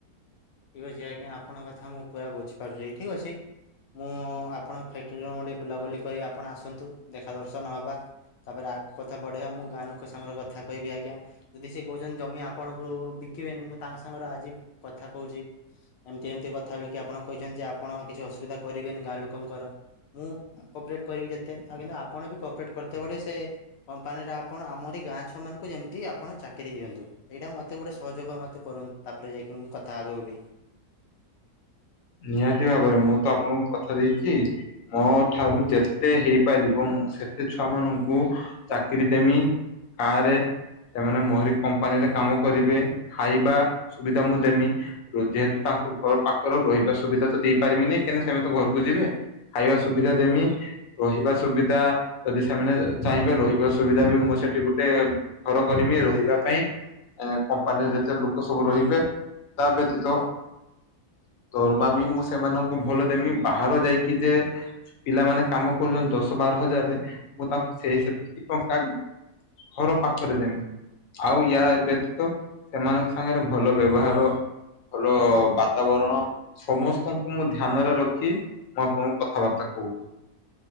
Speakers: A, on the left; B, on the left.
A: ଠିକ୍ ଅଛି ଆଜ୍ଞା ଆପଣଙ୍କ କଥା ମୁଁ ପୁରା ବୁଝିପାରୁଛି ଠିକ୍ ଅଛି। ମୁଁ ଆପଣଙ୍କ ଫ୍ୟାକ୍ଟ୍ରିରୁ ମୁ ଟିକିଏ ବୁଲାବୁଲି କରି ଆପଣ ଆସନ୍ତୁ ଦେଖା ଦର୍ଶନ ହେବା। ତା ପରେ ଆଗକୁ କଥା ବଢ଼େଇବା ମୁଁ ଗାଁ ଲୋକ ସାଙ୍ଗରେ କଥା କହିବି ଆଜ୍ଞା। ଯଦି ସେ କହୁଛନ୍ତି ଜମି ଆପଣଙ୍କୁ ବିକିବେନି ମୁଁ ତାଙ୍କ ସାଙ୍ଗରେ ଆଜି କଥା କଉଛି ଏମିତି ଏମିତି କଥା ବଲିକି ଆପଣ କହିଛନ୍ତି ଯେ ଆପଣ କିଛି ଅସୁବିଧା କରିବେନି ଗାଁ ଲୋକଙ୍କର। ମୁଁ କପରେଟ୍ କରିବି ଯେତେ ଆଉ କିନ୍ତୁ ଆପଣ ବି କପରେଟ୍ କରିତେ ବୋଟେ ସେ କମ୍ପାନୀର ଆପଣ ଆମରି ଗାଁ ଛୁଆ ମାନଙ୍କୁ ଯେମିତି ଆପଣ ଚାକିରି ଦିଅନ୍ତୁ। ଏଇଟା ମତେ ଗୋଟେ ସହଯୋଗ ମତେ କରନ୍ତୁ। ତାପରେ ଯାଇକି ମୁଁ କଥା ଆଗକୁ ବି
B: ନିହାତି ଭାବରେ ମୁଁ ତ ଆପଣଙ୍କୁ କଥା ଦେଇଛି। ମୋ ଠାରୁ ଯେତେ ହେଇପାରିବ ମୁଁ ସେତେ ଛୁଆ ମାନଙ୍କୁ ଚାକିରି ଦେମି କାରେ ସେମାନେ ମୋହରି କମ୍ପାନୀରେ କାମ କରିବେ ଖାଇବା ସୁବିଧା ମୁଁ ଦେମି। ପ୍ରୋଜେଟ୍ ତାଙ୍କ ଘର ପାଖରେ ରହିବ। ସୁବିଧା ତ ଦେଇ ପାରିବିିନି କାଇଁକିନା ସେମାନେ ତ ଘରକୁ ଯିବେ ଖାଇବା ସୁବିଧା ଦେମି। ରହିବା ସୁବିଧା ଯଦି ସେମାନେ ଚାହିଁବେ ରହିବା ସୁବିଧା ବି ମୁଁ ସେଠି ଗୋଟେ ଘର କରିମି ରହିବା ପାଇଁ। କମ୍ପାନୀରେ ଯେତେ ଲୋକ ସବୁ ରହିବେ ତା ବ୍ୟତୀତ ଦରମା ବି ମୁଁ ସେମାନଙ୍କୁ ଭଲ ଦେମି ବାହାର ଯାଇକି ଯେ ପିଲାମାନୋନ କାମ କରୁଛନ୍ତି ଦଶ ବାର ହଜାରରେ ମୁଁ ତାଙ୍କୁ ସେଇ ସେତିକି ଟଙ୍କା ଘର ପାକ୍ କରିଦମ୍। ଆଉ ୟା ବ୍ୟତୀତ ସେମାନଙ୍କ ସାଙ୍ଗରେ ଭଲ ବ୍ୟବହାର ଭଲ ବାତାବରଣ ସମସ୍ତଙ୍କୁ ମୁଁ ଧ୍ୟାନରେ ରଖି ମୁଁ ଆପଣଙ୍କୁ କଥାବାର୍ତ୍ତା କହୁଛି।